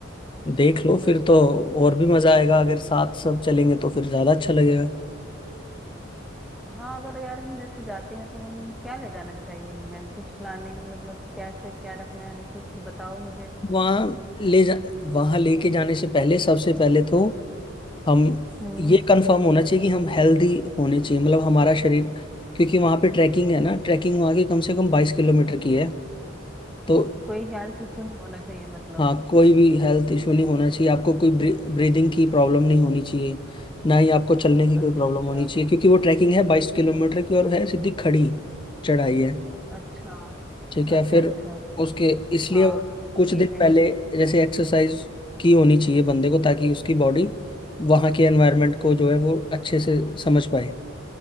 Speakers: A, on the left; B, in the centre.
A: देख
B: अ, मतलब
A: लो फिर तो और भी मजा आएगा अगर साथ सब चलेंगे तो फिर ज्यादा अच्छा लगेगा
B: हाँ अगर यार हम जैसे जाते हैं तो हम क्या ले जाना चाहिए हमें कुछ प्लानिंग मतलब कैसे क्या रखना है कुछ बताओ मुझे
A: वहाँ ले जा वहाँ लेके जाने से पहले सबसे पहले तो हम
B: हम्म
A: ये कंफर्म होना चाहिए कि हम हेल्दी होने चाहिए मतलब हमारा शरीर क्योंकि वहाँ पे ट्रैकिंग है ना ट्रैकिंग वहाँ की कम से कम बाईस किलोमीटर की है तो
B: कोई हेल्थ इशू नहीं होना चाहिए मतलब
A: हाँ कोई भी हेल्थ इशू नहीं होना चाहिए आपको कोई ब्रीदिंग की प्रॉब्लम नहीं होनी चाहिए ना ही आपको चलने की
B: अच्छा
A: कोई प्रॉब्लम
B: अच्छा
A: होनी चाहिए क्योंकि वो ट्रैकिंग है बाईस किलोमीटर की और है सीधी खड़ी चढ़ाई है
B: अच्छा
A: ठीक
B: अच्छा
A: है फिर
B: अच्छा
A: उसके इसलिए
B: हाँ
A: कुछ
B: ठीक
A: दिन
B: है
A: पहले जैसे एक्सरसाइज की होनी चाहिए बंदे को ताकि उसकी बॉडी वहाँ के एनवायरनमेंट को जो है वो अच्छे से समझ पाए